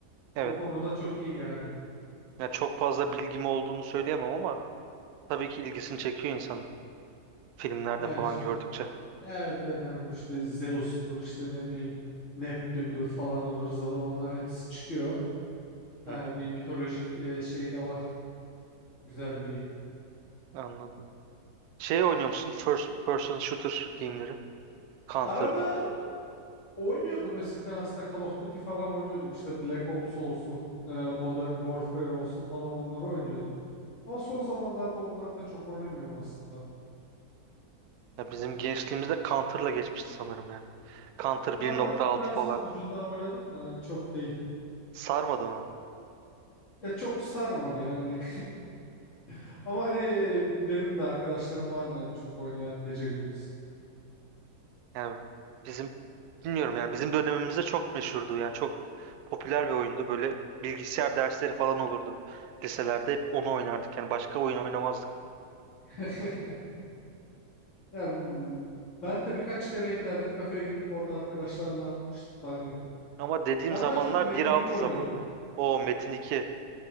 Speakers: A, on the right (about 85°); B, on the left (about 55°).
A: Evet.
B: o konuda çok iyi yani.
A: Ya çok fazla bilgim olduğunu söyleyemem ama tabii ki ilgisini çekiyor insan filmlerde
B: Ya
A: falan
B: işte
A: gördükçe.
B: ya evet evet hani bu işte Zeus'tur işte ne bileyim Neptün'dür falan ıvır zıvır onlar hepsi çıkıyor.
A: Hı
B: E,
A: hı,
B: bir mitolojik e, şey de var güzelliği.
A: anladım. Şey oynuyor musun? First person shooter game'leri. Counter
B: Arada
A: gibi.
B: Oynuyordum eskiden aslında Call of Duty falan oynuyordum işte Black Ops olsun, e, Modern Warfare olsun falan onları oynuyordum. Ama son zamanlarda onları da çok oynamıyorum aslında.
A: Ya bizim gençliğimizde Counter'la geçmişti sanırım ya. Counter
B: Counter
A: 1.6
B: birazcık
A: falan.
B: ucundan oynadım da hani çok değil.
A: Sarmadı mı?
B: E çok sarmadı yani. <laughs> Ama hani benim de arkadaşlarım vardı hani çok oynayan gece gündüz.
A: Yani bizim bilmiyorum yani bizim dönemimizde çok meşhurdu. Yani çok popüler bir oyundu. Böyle bilgisayar dersleri falan olurdu. Liselerde hep onu oynardık. Yani başka oyun oynamazdık.
B: <laughs> Ya m, ben de birkaç kere internet kafeye gidip orada arkadaşlarla atmıştım da hani.
A: Ama dediğim
B: Ben
A: zamanlar
B: daha çok Metin
A: bir altı
B: 2 oynuyordum.
A: zamanları. O Metin 2